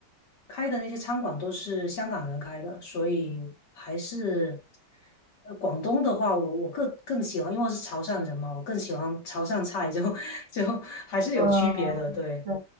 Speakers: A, on the left; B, on the right.
A: 开的那些餐馆都是香港人开的，所以还是呃广东的话，我我更更喜欢，因为我是潮汕人嘛，我更喜欢潮汕菜就，<laughs> 就还是有区别的。
B: 嗯，啊，
A: 对，
B: 对。